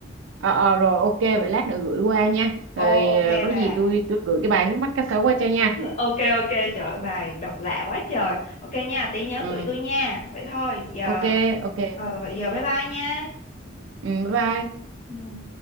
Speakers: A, on the right (about 70°); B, on the left (about 35°).
A: Ờ, ờ, rồi ok vậy lát nữa gửi qua nha
B: ồ
A: rồi
B: ok
A: ờ, có
B: bà
A: gì tôi tôi gửi cái bài nước mắt cá sấu qua cho nha
B: ok ok trời ơi, bài đọc lạ quá trời ok nha tí nhớ
A: ừ,
B: gửi tôi nha vậy thôi giờ
A: ok ok
B: ờ vậy giờ bye bye nha
A: ừ, bye bye
B: Ừ.